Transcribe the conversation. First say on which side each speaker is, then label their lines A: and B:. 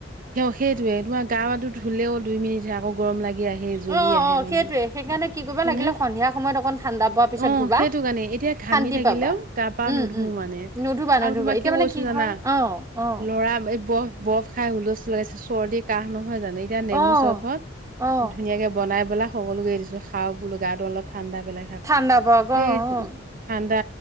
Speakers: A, on the right; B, on the right.
A: স সেইটয়ে তোমাৰ গাু টো ধুললেও দুই মিনিট হে আকৌ গৰম লাগি আহি। সেই জগি
B: অ অ
A: আহে
B: সেইটোয়ে
A: মানুহ।
B: সেইকাৰণে কি কৰিবা
A: হয়নে
B: লাগিলে সন্ধিয়া সময়ত অকণ ঠাণ্ডা পোৱাৰ পিছত
A: অ
B: ধুবা
A: সেইটো কাৰণে এতিয়া ঘামি
B: শান্তি
A: থাকিলেও
B: পাবা
A: গা পা
B: উম
A: নুধু।
B: উম
A: মানে
B: নুধুবা নুধুবা
A: আৰু তোমাক
B: এতিয়া
A: কি
B: মানে
A: কৈছো জানা
B: হয় অ অ
A: ল'ৰা এই বফ বফ খাই হুলস্থুল। চৰ্দি কাহ নহয় জানো এতিয়া নেমু
B: অ
A: চৰবত
B: অ
A: ধুনীয়াকে বনাই পেলাই সকলোকে দিছো। খাওক বলো গাটো অলপ। ঠাণ্ডা পেলাই থাক
B: ঠাণ্ডা পৰক
A: সেই
B: অ অ
A: ঠাণ্ডা